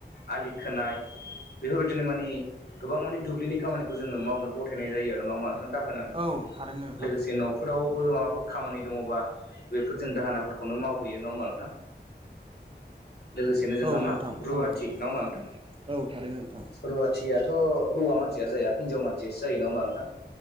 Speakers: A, on the left; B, on the right.
A: आलि खोनाय बेफोरबायदिनो मानि गोबां मानि दुब्लिनि खामानिखौ जोङो मावनो गथायनाय जायो आरो नङा होनबा नोंथां दाहोनानो
B: औ थारैनो नोंथां
A: लोगोसे न'फोरावबो माबाफोर खामानि दङबा बेफोरजों दाहोनाफोर खौनो मावहैयो नङा होमबा नोंथां? लोगोसेनो
B: औ
A: जोंहा मा
B: नोंथां थारैनो
A: रुवाथि नङा होनबा नोंथां।
B: औ थारैनो नोंथां
A: रुवा थियाथ' हौवा मानसिया जाया हिनजाव मानसियासो जायो नङा होमबा नोंथां।